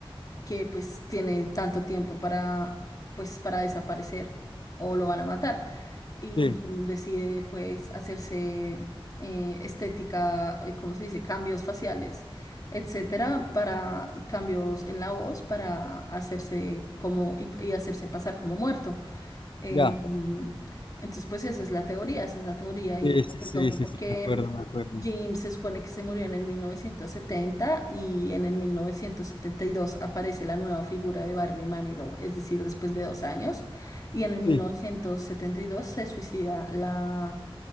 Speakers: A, on the left (about 40°); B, on the left (about 60°).
A: que pues tiene tanto tiempo para pues para desaparecer o lo van a matar. Y
B: Sí.
A: Jim decide pues hacerse eh, estética, eh, ¿cómo se dice? Cambios faciales, etcétera, para y cambios en la voz para hacerse como y y hacerse pasar como muerto. Eh,
B: Ya,
A: entonces, pues esa es la teoría, esa es la teoría y
B: sí,
A: pues
B: sí,
A: es
B: sí,
A: loco
B: sí,
A: porque
B: sí, me acuerdo, me acuerdo.
A: Jim se supone que se murió en el 1970 y en el 1972 aparece la nueva figura de Barney Manilow, es decir, después de dos años, y en el 1972
B: Sí,
A: se suicida la,